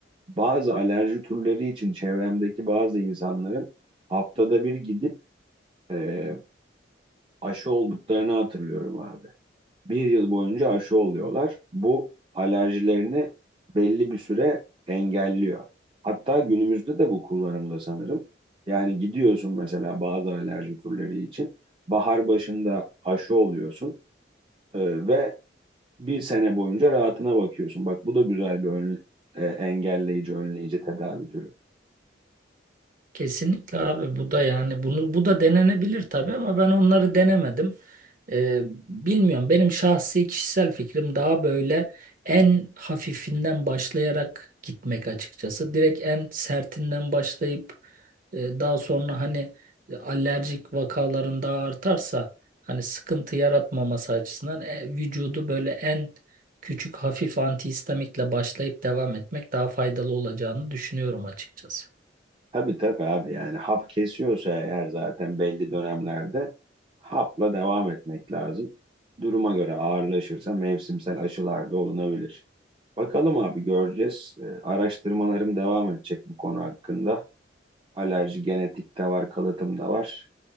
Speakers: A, on the right (about 30°); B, on the right (about 50°).
A: bazı alerji türleri için çevremdeki bazı insanların haftada bir gidip e, aşı olduklarını hatırlıyorum abi. Bir yıl boyunca aşı oluyorlar. Bu alerjilerini belli bir süre engelliyor. Hatta günümüzde de bu kullanımda sanırım. Yani gidiyorsun mesela bazı alerji türleri için. Bahar başında aşı oluyorsun e, ve bir sene boyunca rahatına bakıyorsun. Bak bu da güzel bir önle- e, engelleyici, önleyici tedavi türü.
B: Kesinlikle abi bu da yani bunu bu da denenebilir tabii ama ben onları denemedim. Ee, bilmiyorum benim şahsi kişisel fikrim daha böyle en hafifinden başlayarak gitmek açıkçası. Direkt en sertinden başlayıp e, daha sonra hani e, alerjik vakaların daha artarsa hani sıkıntı yaratmaması açısından e, vücudu böyle en küçük hafif antihistamikle başlayıp devam etmek daha faydalı olacağını düşünüyorum açıkçası.
A: Tabii tabii abi yani hap kesiyorsa eğer zaten belli dönemlerde hapla devam etmek lazım. Duruma göre ağırlaşırsa mevsimsel aşılar da olunabilir. Bakalım abi göreceğiz. Ee, araştırmalarım devam edecek bu konu hakkında. Alerji genetik de var, kalıtım da var.